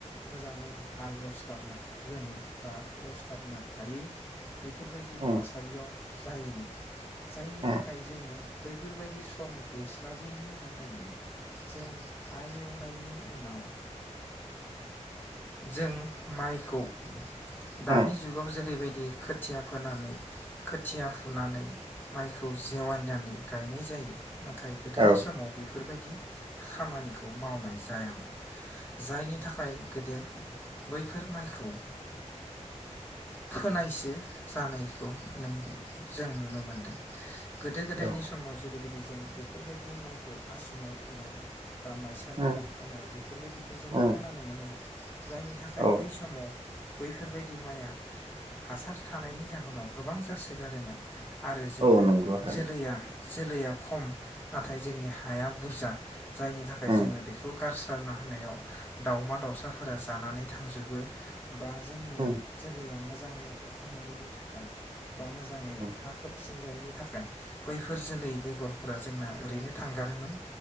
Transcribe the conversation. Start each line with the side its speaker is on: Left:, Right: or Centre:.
Left: मोजाङै हाल एवस्लाबनो रोङै बा एवस्लाबनो हायै बेफोरबायदि
Right: उम
Left: थासारियाव जायोमोन। जायनि
Right: उम
Left: थाखाय जोङो बैफोरबायदि सम गैस्लाबैनि थाखायनो जों हालेवनायनि उनाव जों माइखौ दानि
Right: उम
Left: जुगाव जेरैबायदि खोथिया फोनानै खोथिया फुनानै माइखौ जेवायनानै गायनाय जायो। नाथाय गोदोनि
Right: औ
Left: समाव बेफोरबायदि खामानिखौ मावनाय जायामोन जायनि थाखाय दे बैफोर माइखौ फोनायसो जानायखौ नों जों नुनो मोनदों गोदो गोदायनि
Right: औ
Left: समाव जेरैबायदि जों बेफोरबायदि बे माइखौ आसु माइ फोनाय बा माइसालि
Right: उम
Left: माइ फोनाय बेफोरबायदिखौ जोङो
Right: उम
Left: खोनानो मोनोमोन जायनि थाखाय
Right: औ
Left: बै समाव बैफोरबायदि माइआ हासार थानायनि जाहोनाव गोबां जासोगारोमोन आरो जोङो
Right: औ नंगौ थारैनो
Left: जोलैया जोलैया खम नाथाय जोंनि हाया बुरजा जायनि थाखाय
Right: उम
Left: जोङो बेखौ गारसो गारना होनायाव दावमा दावसा फोरा जानानै थांजोबो बा जोंनि
Right: उम
Left: जोलैया मोजाङै अखा अखा मोनैनि थाखाय बा मोजाङै
Right: उम
Left: हा खोबसि सिनजायैनि थाखाय बैफोर जोलै बेगरफोरा जोंना ओरैनो थांगारोमोन